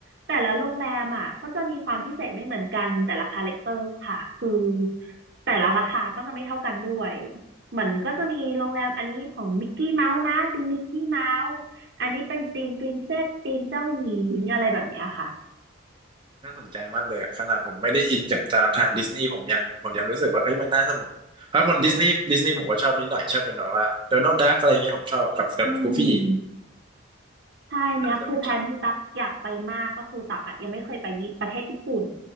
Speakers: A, on the right; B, on the right.
A: แต่ละโรงแรมอ่ะก็จะมีความพิเศษไม่เหมือนกันแต่ละคาแรคเตอร์ค่ะคือแต่ละราคาก็จะไม่เท่ากันด้วยเหมือนก็จะมีโรงแรมอันนี้ของมิกกี้เมาส์นะธีมมิกกี้เมาส์อันนี้เป็นธีมปรินเซสธีมเจ้าหญิงอะไรแบบเนี้ยค่ะ
B: น่าสนใจมากเลยอะขนาดผมไม่ได้อินกับทางดิสนีย์ผมยังผมยังรู้สึกว่าเอ้ยมันน่าสนุกเพราะผมดิสนีย์ดิสนีย์ผมก็ชอบนิดหน่อยชอบเป็นแบบว่าโดนัลด์ดักอะไรเงี้ยผมชอบกับกับกูฟี่
A: อืม ใช่เนี้ยคือแผนที่ตักอยากไปมากก็คือตักอะยังไม่เคยไปญี่ประเทศญี่ปุ่น
B: อันนั้นจะเป็นชอบ